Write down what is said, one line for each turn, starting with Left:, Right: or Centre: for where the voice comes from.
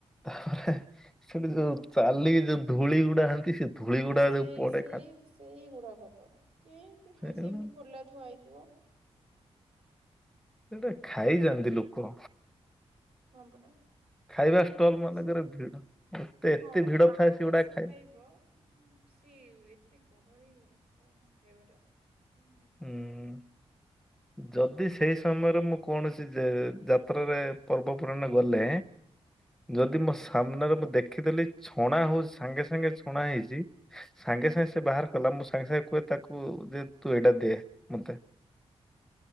Centre: ତାପରେ ସେଠି ଯୋଉ ଚାଲିକି ଯୋଉ ଧୂଳି ଗୁଡା ହନ୍ତି ସେ ଧୂଳି
Right: ହଁ
Centre: ଗୁଡା
Right: ସେଇ
Centre: ଯୋଉ ପଡେ
Right: ସେଇ
Centre: ଖା
Right: ସେଇ ଗୁଡ଼ାକତ କେମିତି ଖାଇସି
Centre: ସେଗୁଡା
Right: ଏମିତି ପୋଲା ଥୁଆ ହେଇଥିବ
Centre: ସେଟା ଖାଇଯାଆନ୍ତି ଲୋକ
Right: ହଁ ପରା
Centre: ଖାଇବା
Right: ମୋ
Centre: ଷ୍ଟଲ
Right: ମତରେ
Centre: ମାନଙ୍କରେ
Right: ସେ
Centre: ଭିଡ ଏତେ ଏତେ
Right: ହଁ
Centre: ଭିଡ
Right: ବାହାରେ
Centre: ଥାଏ ସେଗୁଡା
Right: ଆସି
Centre: ଖାଇ
Right: ଖାଇବ ସେଇ ଏତେ ଗହଳି ରାସ୍ତାରେ ନ ଖାଇବାଟା ମୋ ମନ୍ତ
Centre: ହୁଁ
Right: ରେ
Centre: ଯଦି ସେଇ ସମୟରେ ମୁଁ କୌଣସି ଯେ -ଯାତ୍ରାରେ ପର୍ବ ପର୍ବାଣୀ ରେ ଗଲେ ଯଦି ମୋ ସାମ୍ନାରେ ମୁଁ ଦେଖିଦେଲି ଛଣା ହଉଛି ସାଙ୍ଗେ ସାଙ୍ଗେ ଛୁଣା ହେଇଛି ସାଙ୍ଗେ ସାଙ୍ଗେ ସେ ବାହାର କଲା ମୁଁ ସାଙ୍ଗେ ସାଙ୍ଗେ କୁହେ ତାକୁ ଯେ ତୁ ଏଇଟା ଦେ ମତେ